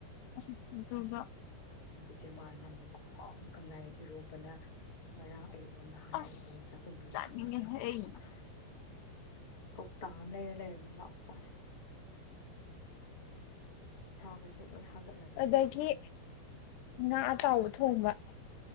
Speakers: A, on the left (about 80°); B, on the left (about 70°).
A: ꯑꯁ ꯑꯗꯨꯒ
B: ꯆꯦꯃ ꯅꯝꯃꯦ ꯈꯨꯍꯥꯎ ꯑꯃ ꯀꯪꯂꯥꯌꯦꯟ ꯏꯔꯣꯟꯕꯅ ꯉꯔꯥꯡ ꯑꯌꯨꯛ ꯅꯍꯥꯟ
A: ꯑꯁ
B: ꯑꯩꯅ ꯑꯗꯨꯝ ꯆꯥꯛ ꯇꯣꯝꯕꯤꯅ
A: ꯆꯥꯅꯤꯡꯉꯦꯍꯦ ꯑꯩ
B: ꯑꯁ ꯀꯧꯇꯥ ꯑꯃ ꯂꯩꯔ ꯂꯩꯔꯝꯅꯦ ꯂꯥꯛꯑꯣ ꯆꯥꯁꯦ ꯏꯁꯥꯒꯁꯦ ꯂꯣꯏ ꯍꯥꯒꯠꯂꯝꯅꯤ
A: ꯑꯗꯒꯤ
B: ꯑꯩꯗꯤ
A: ꯉꯥ ꯑꯇꯥꯎꯕ ꯊꯣꯡꯕ <inaudible>